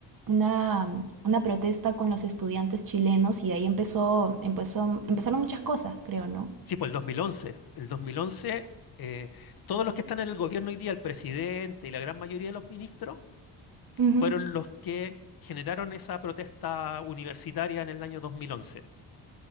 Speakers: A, on the right; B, on the left.
A: una, una protesta con los estudiantes chilenos y ahí empezó, empezó, empezaron muchas cosas, creo, ¿no?
B: Sí, pues el 2011. El 2011, eh, todos los que están en el gobierno hoy día, el presidente y la gran mayoría de los ministros,
A: Ujú.
B: fueron los que generaron esa protesta universitaria en el año 2011.